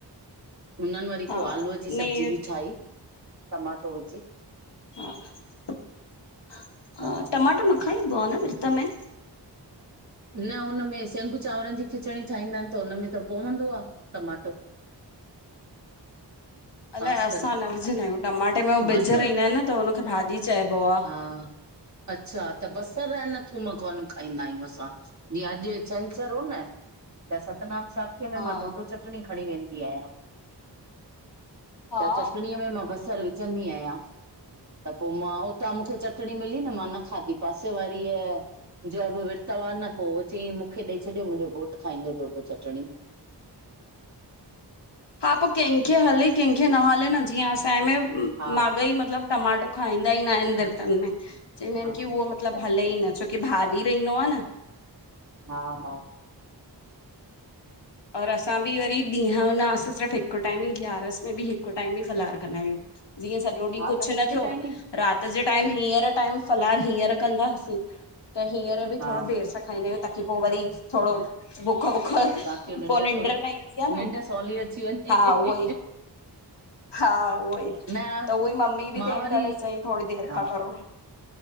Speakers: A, on the right (about 40°); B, on the left (about 75°).
A: हुननि वरी
B: हा
A: पो आलूअ जी
B: नही
A: सब्जी बि ठाही, टमाटो विझी।
B: हा हा,
A: हा।
B: टमाटर न खाईंबो आ न विरत में?
A: न हुनमें, सेंंगू चांवरनि जी खिचड़ी ठाहींदा आहिनि त उन में त पवंदो आ, टमाटो। ख़ासि
B: अलाए, असां
A: करे
B: न विझंदा आहियूं। टमाटे में उ बिज
A: बसर
B: रहिंदा आहिनि न त हुनखे भाॼी चइबो आ।
A: हा अच्छा! त बसरु ऐं न थूम कोन खाईंदा आहियूं असां। जीअं अॼु छंछरु हो न त सतनाम साखीअ में
B: हा
A: मां डोडो-चटणी खणी वेंदी आहियां।
B: हा
A: त चटणीअ में मां बसरु विझंदी आहियां। त पो मां त मूंखे चटिणी मिली न मां न खाधी पासे वारीअ जो बि विर्त वा न, पो चई मूंखे ॾेई छॾियो मुंहिंजो घोटु खाईंदो डोडो चटिणी।
B: हा पो कंहिंखे हले, कंहिंखे न हले न। जीअं असांजे में
A: हा
B: माॻई मतिलब टमाटो खाईंदा ही न आहिनि विर्तन में। चईंदा आहिनि
A: हा
B: की उहो
A: अच्छा
B: मतलबु
A: अच्छा
B: हले ई न छो की भाॼी रहिनो आ न।
A: हा, हा।
B: और असां बि वरी ॾींहं यो ना, असां सिर्फ़ु हिकु टाइम ई ग्यारस में बि हिकु टाइम ई फलार कंदा आहियूं। जीअं सॼो ॾींहुं
A: हा
B: कुछ
A: त हिकु
B: न थियो
A: टाइम ई
B: रात जे टाइम हींअर टाइम फलार हींअर कंदासीं त हींअर बि
A: हा
B: थोरो देरि सां खाईनदा आहियूं, ताकि पो वरी, थोड़ो भुख वुख
A: राति जो निंड
B: पो निंड्र
A: सु
B: न ईंदी आहे न।
A: निंड सवली अची वञे
B: हा उहो ई। हा उहो ही।
A: न
B: त उहो ही मम्मी बि
A: मां
B: ते
A: वरी
B: करे चई, थोड़ी देर
A: हा
B: खां करो।